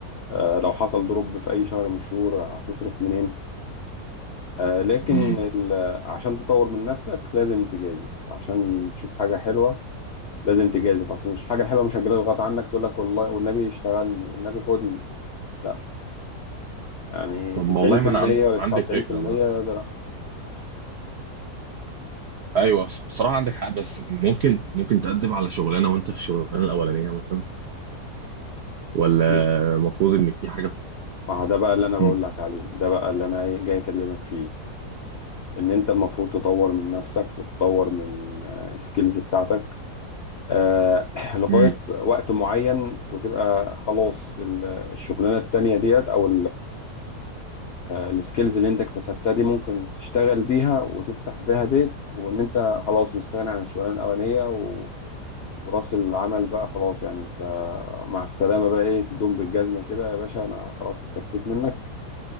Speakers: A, on the left; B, on the right.
A: آه، لو حصل ضرب في اي شهر من الشهور هتصرف منين آه، لكن
B: امم
A: ال- عشان تطور من نفسك لازم تجازف عشان تشوف حاجة حلوة لازم تجازف اصل مش الحاجة الحلوة مش هتجيلك غصب عنك تقول لك والله والنبي اشتغلني والنبي خدني لا يعني
B: طب
A: 90%
B: ما والله ما أنا عن...
A: ولا 99%
B: عندي فكرة مثلا
A: ده لا
B: أيوه بس- بصراحة عندك حق بس ممكن ممكن تقدم على شغلانة وأنت في الشغلانة الأولانية مثلا ولا
A: طبعا
B: المفروض إن في حاجة في...
A: ما ده بقى اللي انا بقول
B: امم
A: لك عليه ده بقى اللي انا إيه جاي اكلمك فيه ان انت المفروض تطور من نفسك وتطور من السكيلز بتاعتك آه، <clears throat> لغاية
B: امم
A: وقت معين وتبقى خلاص ال- الشغلانة التانية ديت او السكيلز اللي انت اكتسبتها دي ممكن تشتغل بيها وتفتح بيها بيت وان انت خلاص مستغني عن الشغلانة الاولانية و- وراس العمل بقى خلاص يعني انت مع السلامة بقى ايه تدوم بالجزمة كده يا باشا انا خلاص استكفيت منك